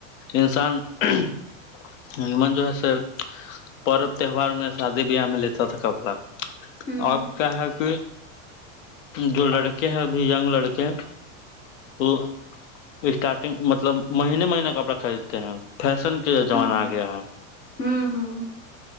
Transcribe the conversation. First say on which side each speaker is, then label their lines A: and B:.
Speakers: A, on the left (about 70°); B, on the left (about 20°).
A: انسان این جو ہے س پرب تہوار میں شادی بیاہ میں لیتا تھا کپڑا
B: ہوں
A: اب کیا ہے کہ جو لڑکے ہیں کے ینگ لڑکے برکہ اللہ اسٹارٹنگ مطلب مہینے مہینے کپڑا خریدتے ہیں اب فیشن کے زمانہ
B: ہاں
A: آ گیا ہے
B: ہوں ہوں